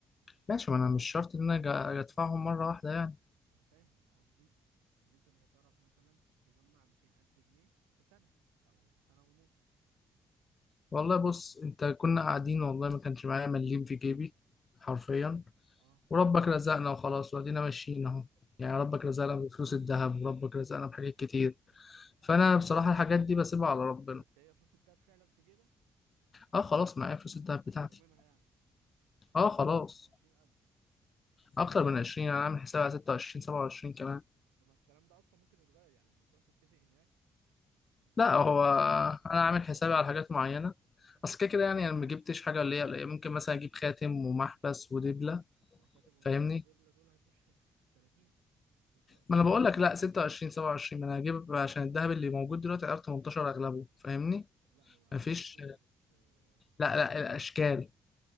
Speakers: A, on the left; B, on the right.
A: ماشي ما انا مش شرط ان انا أج- ادفعهم مره واحده يعني
B: ما انا فاهم انا قصدي ان انت مش هتعرف مثلا تجمع 200000 جنيه في سنة او سنة ونص
A: والله بص انت كنا قاعدين والله ما كانش معايا مليم في جيبي حرفيا
B: اه
A: وربك رزقنا وخلاص وادينا ماشيين اهو يعني
B: ده حقيقة
A: ربك رزقنا
B: فعلا
A: بفلوس الذهب وربك رزقنا بحاجات كتير فانا بصراحه الحاجات دي بسيبها على ربنا
B: بس هي فلوس الدهب فعلا في جيبك
A: اه خلاص معايا فلوس الذهب بتاعتي
B: ضامنها يعني
A: اه خلاص
B: 20000
A: اكتر من 20 انا عامل حسابي على 26 27 كمان
B: لما الكلام ده اصلا ممكن يتغير يعني لما تروح تتفق هناك ممكن
A: لا
B: الكلام
A: هو
B: ده يتغير
A: انا عامل حسابي على حاجات معينه اصل كده كده يعني انا ما جبتش حاجه اللي هي ممكن مثلا اجيب خاتم ومحبس ودبله
B: ما هو خاتم ومحبس
A: فاهمني
B: ودبلة دول هيخشوا في 30 مش 26
A: ما انا بقول
B: ساعة.
A: لك لا 26 27 ما انا هجيب عشان الذهب اللي موجود دلوقتي عارف 18 اغلبه فاهمني
B: لا هو عادي
A: مفيش
B: في كله بس آه،
A: لا
B: مش
A: لا الاشكال